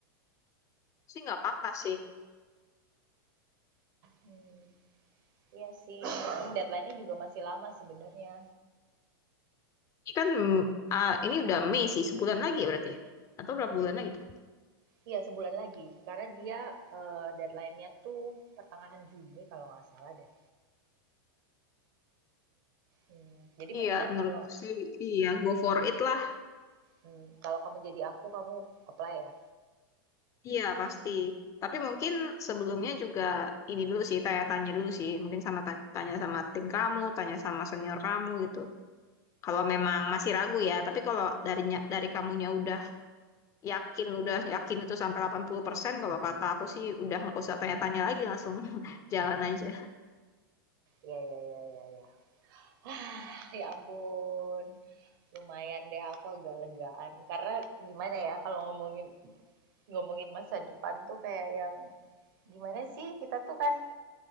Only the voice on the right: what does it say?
Hmm, iya sih, Mumpung deadline-nya juga masih lama sebenarnya.
Iya, sebulan lagi. Karena dia eh, deadline-nya tuh pertengahan Juni kalau nggak salah deh. Hmm, jadi mendingan
kalau
hmm, kalau kamu jadi aku kamu apply ya.
Iya, iya, iya, iya, iya. <sighs> Ah, ya ampun. Lumayan deh aku agak legaan. Karena gimana ya kalau ngomongin ngomongin masa depan tuh kayak yang gimana sih kita tuh kan